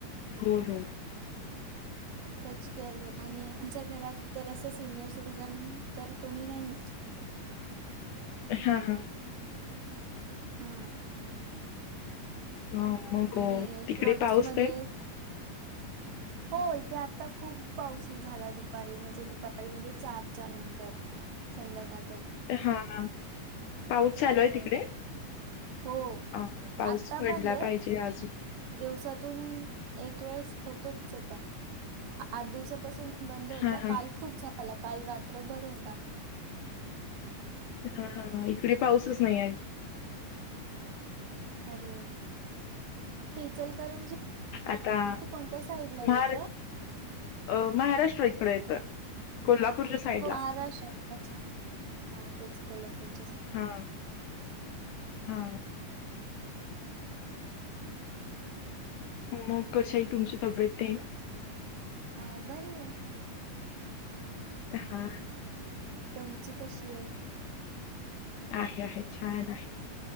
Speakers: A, on the left; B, on the right.
A: हो हो.
B: त्याची केअर घेत आणि आमच्या घरात तर असं सिनियर सिटीझन तर कोणी नाहीये.
A: हा हा.
B: हा.
A: हा मग
B: आणि
A: तिकडे
B: प्रोडक्ट्समध्ये
A: पाऊस आहे.
B: हो इथे आता खूप पाऊस झाला दुपारी म्हणजे दुपारी म्हणजे चारच्या नंतर संध्याकाळ.
A: हा ह पाऊस चालू आहे
B: हो
A: तिकडे
B: हो
A: अ पाऊस
B: आता
A: पडला
B: बंद आहे
A: पाहिजे अजून.
B: दिवसातून एक वेळेस होतोच पण आठ दिवसापासून. बंद होता
A: हा हा
B: काल खूप झाला काल रात्रभर होता.
A: हा हा हा इकडे पाऊसच नाही आहे.
B: अरे. ते इचलकरंजी
A: आता
B: कोणत्या साईड ला
A: महार
B: येतं.
A: अ महाराष्ट्रा इकड येतं. कोल्हापूरच्या. साईडला
B: हो महाराष्ट्रात अच्छा हा तेच कोल्हापूर.
A: हा हा मग कशा ह तुमची तब्येत येईल.
B: हा बरी आहे.
A: अ हा.
B: तमची कशी आहे?
A: आहे आहे छान आहे.